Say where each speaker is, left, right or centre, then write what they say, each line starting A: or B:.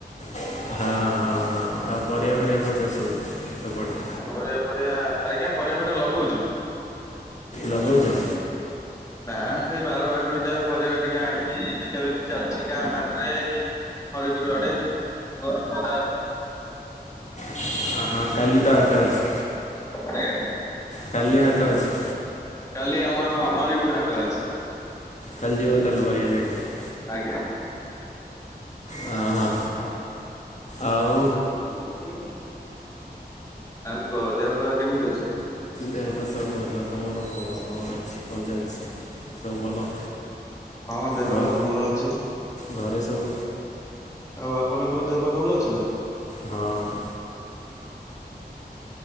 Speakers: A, on the left; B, on the left.
A: ହ, ହଁ, ହଁ। ଆଉ ପରିବା ଫରିବା କଣ ଚାଷ ହେଉଛି ସେପଟେ?
B: ପରିବା ଫରିବା ଆଜ୍ଞା ପରିବା ଫରିବା ଲଗଉଛୁ।
A: ଲଗଉଚ?
B: ନାଁ ସେ ବାରବାଟୀରୁ ଯାହା ପରିବା ଟିକେ ଆଣିକି ବିକା ବିକି ଚାଲିଛି ଗାଁ ହାଟରେ ଏଠି। ହରିପୁରୁ ଆଡେ, ବରମ୍ପଦା <unintelligible>
A: ହଁ, ହଁ, କାଲି ତ ହାଟ ଅଛି।
B: ଆଜ୍ଞା?
A: କାଲି ହାଟ ଅଛି।
B: କାଲି ଆମ ହରିପୁର ହାଟ ଅଛି।
A: କଲି ଯିବୁ ତାହାଲେ ପରିବା ସେଠିକି।
B: ଆଜ୍ଞା।
A: ହଁ ହଁ
B: <inaudible>
A: ଆଉ?
B: <unintelligible> ଆଉ କୁହ ଦେହ ପାହ କେମିତି ଅଛି?
A: ଦେହ ପା ସବୁ ଭଲ ତମର କୁହ କଣ ଅଛି କଣ ଚାଲିଛି ସବୁ ଭଲ?
B: ହଁ ଦେହ
A: ଘ
B: ପାହା ଭଲ ଅଛି।
A: ଘରେ ସବୁ?
B: ଆଉ ଆପଣଙ୍କର ଦେହ ପା ଭଲ ଅଛି ନା?
A: ହଁ।